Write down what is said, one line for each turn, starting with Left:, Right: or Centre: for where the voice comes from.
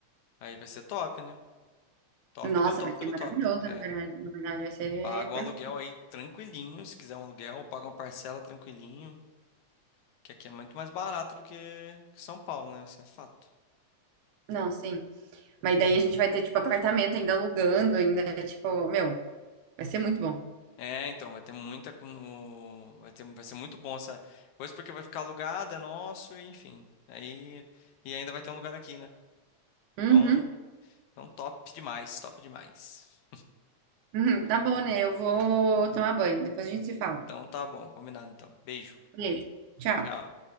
Left: aí vai ser top, né? Top
Right: Nossa,
Left: do top
Right: vai ser
Left: do
Right: maravilhoso,
Left: top. É,
Right: na verdade. Na verdade, vai ser
Left: paga
Right: perfeito.
Left: um aluguel aí tranquilinho, se quiser um aluguel, paga uma parcela tranquilinho, que aqui é muito mais barato do que que São Paulo, né? Isso é fato.
Right: Não, sim. Mas daí a gente vai ter, tipo, apartamento ainda alugando, ainda, tipo, meu, vai ser muito bom.
Left: É, então, vai ter muita. com- no- Vai ter, vai ser muito bom essa coisa, porque vai ficar alugado, é nosso, e enfim. Aí, e ainda vai ter um lugar aqui, né?
Right: Uhum.
Left: Então, então top demais, top demais.
Right: Uhum, tá bom, né? Eu vou tomar banho. Depois a gente se fala.
Left: Então tá bom, combinado então. Beijo,
Right: Beijo. Tchau.
Left: tchau.